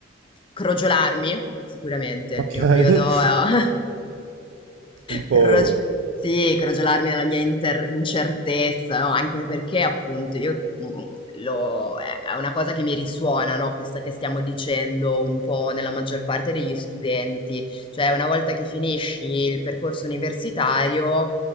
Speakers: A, on the left; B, on the right.
A: crogiolarmi. Sicuramente il
B: Ok.
A: primo
B: <laughs>
A: periodo eh,
B: Un po'
A: Crog sì, crogiolarmi nella mia inter incertezza, no, anche perché appunto io, mhmm, lo è è una cosa che mi risuona, no, questa che stiamo dicendo un po' nella maggior parte degli studenti. Cioè una volta che finisci il percorso universitario